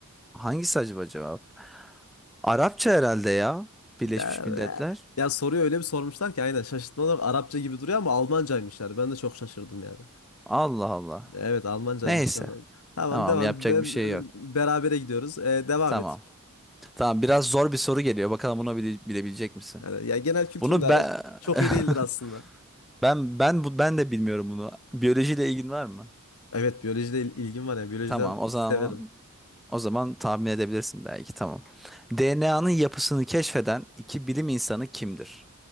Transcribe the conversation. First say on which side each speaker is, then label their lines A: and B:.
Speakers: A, in the centre; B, on the left.
A: hangisi acaba cevap? Arapça herhalde ya. Birleşmiş
B: Ya,
A: Milletler.
B: ya soruyu öyle bir sormuşlar ki aynen şaşırtma olarak Arapça gibi duruyor ama Almancaymışlar. Ben de çok şaşırdım yani.
A: Allah Allah.
B: Evet Almancaymış.
A: Neyse.
B: cevabı. Tamam
A: Tamam,
B: devam.
A: yapacak
B: Ben,
A: bir şey yok.
B: berabere gidiyoruz. Ee, devam
A: Tamam.
B: et.
A: Tamam, biraz zor bir soru geliyor. Bakalım bunu bile- bilebilecek misin?
B: Yani, ya genel kültürüm
A: Bunu
B: de
A: ben
B: çok
A: <laughs>
B: iyi değildir aslında.
A: ben ben bu ben de bilmiyorum bunu. Biyolojiyle ilgin var mı?
B: Evet biyolojide il- ilgim var ya biyolojiden
A: Tamam, o zaman
B: severim.
A: o zaman tahmin edebilirsin belki. Tamam. DNA'nın yapısını keşfeden iki bilim insanı kimdir?